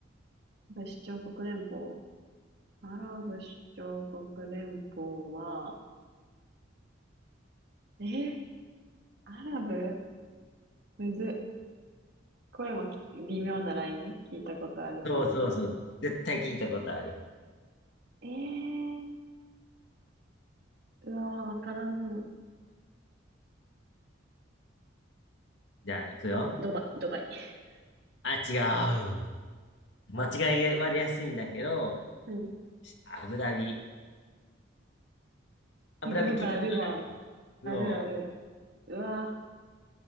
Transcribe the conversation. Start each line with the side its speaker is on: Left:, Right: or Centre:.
Right: アラブ首長国連邦。アラブ首長国連邦は、えーアラブむずっ。これもき微妙なライン聞いたことあるかないか。
Left: そうそうそう。絶対聞いたことある。
Right: えー、うわー、わからんの。
Left: じゃあ、行くよ。
Right: ド、ドバイ、ドバイ。<laughs>
Left: あ、違う。間違い割れやすいんだけど、
Right: うん。
Left: しアブダビ。アブダビ聞いたことある
Right: 聞いたことあるわ。
Left: そう。
Right: あるある。うわ